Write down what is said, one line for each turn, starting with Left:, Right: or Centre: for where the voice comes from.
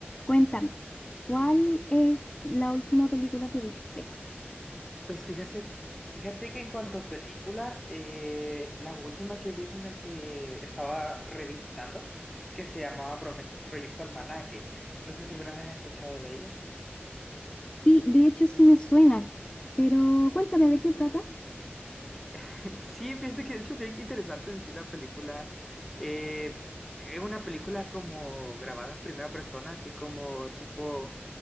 Left: Cuéntame, ¿cuál es la última película que viste?
Centre: Pues fíjate, fíjate que en cuanto a películas, eh, la última que vi es una que estaba revisitando, que se llamaba Prome- Proyecto Almanaque. No sé si alguna vez has escuchado de ella.
Left: Sí, de hecho sí me suena, pero cuéntame de qué trata.
Centre: <laughs> Sí, fíjate que de hecho bien interesante en sí la película. Eh, es una película como grabada en primera persona, así como tipo,